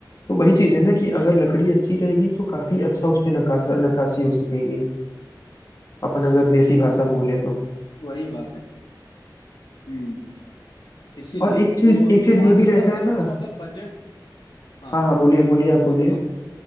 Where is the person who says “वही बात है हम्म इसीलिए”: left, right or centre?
Left